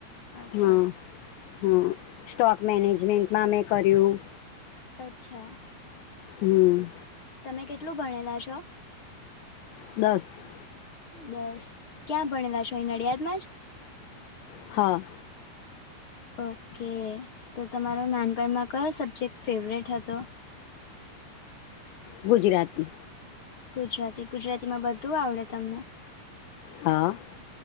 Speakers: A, on the left (about 30°); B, on the left (about 75°).
A: અચ્છા
B: હં હં સ્ટોક મેનેજમેન્ટમાં મે કર્યું.
A: અચ્છા.
B: હમ્મ.
A: તમે કેટલું ભણેલા છો?
B: દસ.
A: દસ ક્યાં ભણેલા છો અહીં નડિયાદમાં જ?
B: હા.
A: ઓકે તો તમારો નાનપણમાં કયો સબ્જેક્ટ ફેવરેટ હતો?
B: ગુજરાતી.
A: ગુજરાતી ગુજરાતીમાં બધું આવડે તમને.
B: હા.